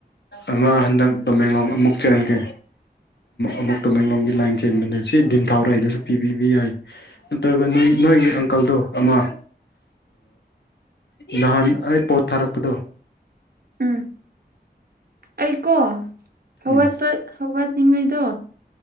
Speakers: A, on the left; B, on the right.
A: ꯑꯃ ꯍꯟꯗꯛ ꯇꯃꯦꯡꯂꯣꯡ ꯑꯃꯨꯛ ꯆꯦꯟꯈꯤ ꯑꯃꯨꯛ ꯇꯃꯦꯡꯂꯣꯡꯒꯤ ꯂꯥꯏꯟ ꯆꯦꯟꯕꯅꯦ ꯁꯤ ꯗꯤꯝꯊꯥꯎꯔꯥꯏꯗꯁꯨ ꯄꯤꯕꯤꯕ ꯌꯥꯏ ꯅꯠꯇ꯭ꯔꯒ ꯅꯣꯏ ꯅꯣꯏꯒꯤ ꯑꯪꯀꯜꯗꯣ ꯑꯃ ꯅꯍꯥꯟ ꯑꯩ ꯄꯣꯠ ꯊꯥꯔꯛ ꯗꯣ
B: ꯎꯝ ꯑꯩꯀꯣꯋꯥꯠꯄ
A: ꯎꯝ
B: ꯍꯧꯋꯥꯠꯂꯤꯉꯩꯗꯣ